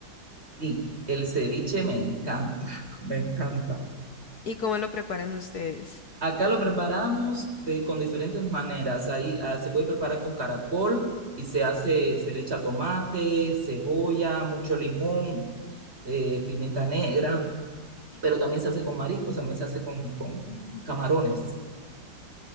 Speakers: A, on the right (about 35°); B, on the left (about 60°).
A: Sí, el ceviche me encanta, <laughs> me encanta.
B: ¿Y cómo lo preparan ustedes?
A: Acá lo preparamos de, con diferentes maneras. Ahí ah, se puede preparar con caracol y se hace, se le echa tomate, cebolla, mucho limón, eh, pimienta negra, pero también se hace con mariscos, también se hace con, con camarones.